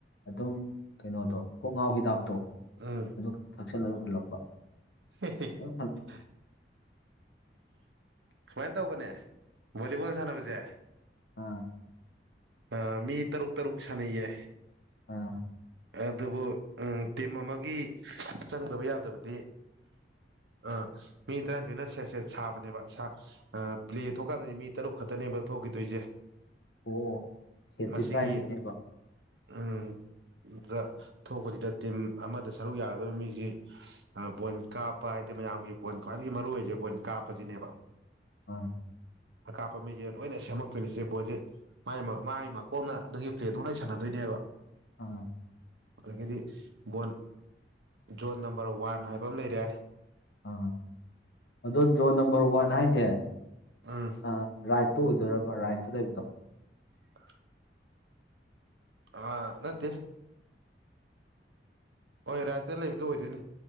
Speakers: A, on the left; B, on the right.
A: ꯑꯗꯨꯝ ꯀꯩꯅꯣꯗꯣ ꯀꯣꯛ ꯉꯥꯎ ꯍꯤꯗꯥꯛꯇꯣ
B: ꯎꯝ
A: ꯑꯗꯨ ꯊꯛꯆꯜꯂ ꯑꯗꯨꯝ ꯍꯜꯂꯛꯄ
B: <unintelligible>
A: ꯑꯗꯨꯝ ꯍꯜꯂꯛ
B: ꯁꯨꯃꯥꯏꯅ ꯇꯧꯕꯅꯦ ꯚꯣꯂꯤꯕꯣꯜ ꯁꯥꯟꯅꯕꯁꯦ
A: ꯑꯥ
B: ꯑ ꯃꯤ ꯇꯔꯨꯛ ꯇꯔꯨꯛ ꯁꯅꯩꯌꯦ
A: ꯑꯥ
B: ꯑꯗꯨꯕꯨ ꯇꯤꯝ ꯑꯃꯒꯤ ꯆꯪꯗꯕ ꯌꯥꯗꯕꯗꯤ ꯑꯥ ꯃꯤ ꯇꯔꯥꯅꯤꯊꯣꯏꯅ ꯁꯦꯠ ꯁꯦꯠ ꯁꯥꯕꯅꯦꯕ ꯑ ꯄ꯭ꯂꯦ ꯊꯣꯛꯀꯥꯟꯗꯗꯤ ꯃꯤ ꯇꯔꯨꯛ ꯈꯛꯇꯅꯦꯕ ꯊꯣꯛꯈꯤꯗꯣꯏꯁꯦ
A: ꯑꯣ ꯁꯦꯠꯇꯤ
B: ꯃꯁꯤꯒꯤ
A: ꯇꯔꯥꯅꯤꯊꯣꯏꯅꯦꯕ
B: ꯎꯝ ꯗ ꯊꯣꯛꯄꯁꯤꯗ ꯇꯤꯝ ꯑꯃꯗ ꯁꯔꯨꯛ ꯌꯥꯒꯗꯧꯕ ꯃꯤꯁꯤ ꯕꯣꯏꯟ ꯀꯥꯞꯄ ꯍꯥꯏ ꯃꯌꯥꯝꯒꯤ ꯕꫭꯟ ꯈ꯭ꯋꯥꯏꯗꯒꯤ ꯃꯔꯨ ꯑꯣꯏꯁꯦ ꯕꫭꯟ ꯀꯥꯞꯄꯁꯤꯅꯦꯕ
A: ꯑꯥ
B: ꯀꯥꯞꯄ ꯃꯤꯁꯦ ꯂꯣꯏꯅ ꯁꯦꯝꯃꯛꯛꯇꯣꯏꯅꯦꯆꯦ ꯕꯣꯜꯁꯦ ꯃꯥꯥꯏ ꯃꯀꯣꯟꯅ ꯑꯗꯨꯒꯤ ꯄ꯭ꯂꯦꯗꯣ ꯂꯣꯏ ꯁꯥꯟꯅꯗꯣꯏꯅꯦꯕ
A: ꯑꯥ
B: ꯑꯗꯒꯤꯗꯤ ꯕꯣꯟ ꯖꯣꯟ ꯅꯝꯕꯔ ꯋꯥꯟ ꯍꯥꯏꯕ ꯑꯃ ꯂꯩꯔꯦ
A: ꯑꯥ ꯑꯗꯣ ꯖꯣꯟ ꯅꯝꯕꯔ ꯋꯥꯟ ꯍꯥꯏꯁꯦ
B: ꯎꯝ
A: ꯑ ꯔꯥꯏꯠꯇ ꯑꯣꯏꯗꯣꯏꯔꯕ ꯔꯥꯏꯠꯇ ꯂꯩꯕꯗꯣ
B: ꯑ ꯑꯥ ꯅꯠꯇꯦ ꯍꯣꯏ ꯔꯥꯏꯇ ꯂꯩꯕꯗꯨꯣ ꯑꯣꯏꯗꯣꯏꯅꯤ